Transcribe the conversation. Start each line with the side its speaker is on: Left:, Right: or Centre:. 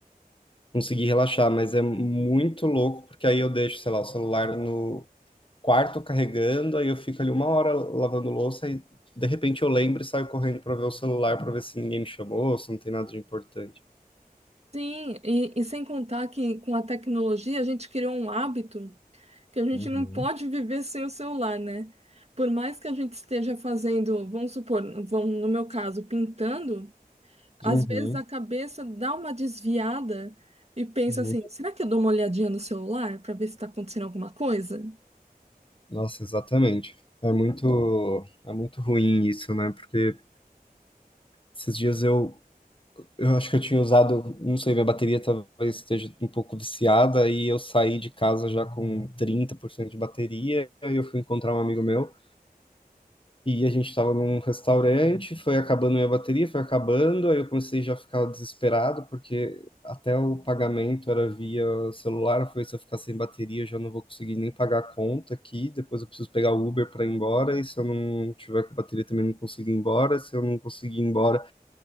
Left: consegui relaxar, mas é muito louco, porque aí eu deixo, sei lá, o celular no quarto carregando, aí eu fico ali uma hora lavando louça e de repente eu lembro e saio correndo para ver o celular para ver se ninguém me chamou, se não tem nada de importante.
Right: Sim, e, e sem contar que com a tecnologia a gente criou um hábito que a gente
Left: Uhum.
Right: não pode viver sem o celular, né? Por mais que a gente esteja fazendo, vamos supor, vamos, no meu caso, pintando, Às
Left: Uhum.
Right: vezes a cabeça dá uma desviada e pensa
Left: Muito-
Right: assim: será que eu dou uma olhadinha no celular para ver se está acontecendo alguma coisa?
Left: Nossa, exatamente. É muito, é muito ruim isso, né? Porque esses dias eu, eu acho que eu tinha usado, não sei, minha bateria talvez esteja um pouco viciada, e eu saí de casa já com 30% de bateria, aí eu fui encontrar um amigo meu. E a gente estava num restaurante, foi acabando minha bateria, foi acabando, aí eu comecei já a ficar desesperado, porque até o pagamento era via celular, eu falei, se eu ficar sem bateria, eu já não vou conseguir nem pagar a conta aqui, depois eu preciso pegar o Uber para ir embora, e se eu não tiver com bateria também não consigo ir embora, se eu não conseguir ir embora,